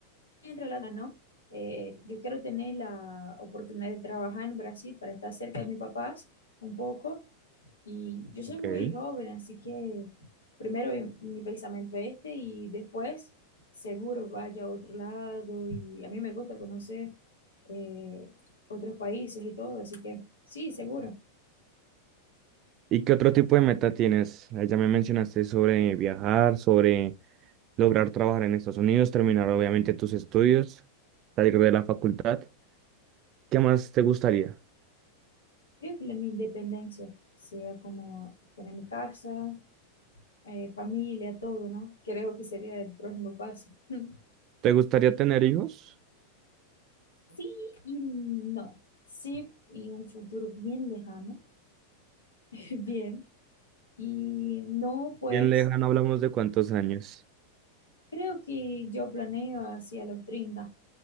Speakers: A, on the left (about 70°); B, on the right (about 35°).
A: entre la ¿no? Eh, yo quiero tener la oportunidad de trabajar en Brasil para estar cerca de mis papás un poco. Y yo soy
B: Ok.
A: muy joven, así que primero eh, mi pensamiento es este y después seguro vaya a otro lado. Y a mí me gusta conocer eh, otros países y todo, así que sí, seguro.
B: ¿Y qué otro tipo de meta tienes? Ah, Ya me mencionaste sobre viajar, sobre lograr trabajar en Estados Unidos, terminar obviamente tus estudios, salir de la facultad. ¿Qué más te gustaría?
A: Creo que la- mi independencia sea como tener mi casa, eh, familia, todo, ¿no? Creo que sería el próximo paso. <laughs>
B: ¿Te gustaría tener hijos?
A: Sí y no. Sí, y un futuro bien lejano, <laughs> bien. Y no, pues
B: Bien lejano, hablamos de cuántos años.
A: creo que yo planeo hacia los treinta